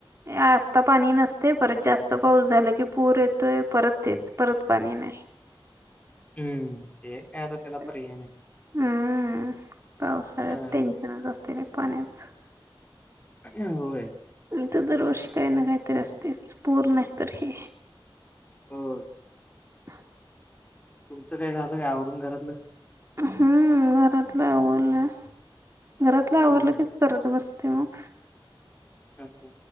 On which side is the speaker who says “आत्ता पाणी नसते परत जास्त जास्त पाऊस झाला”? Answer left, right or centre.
Right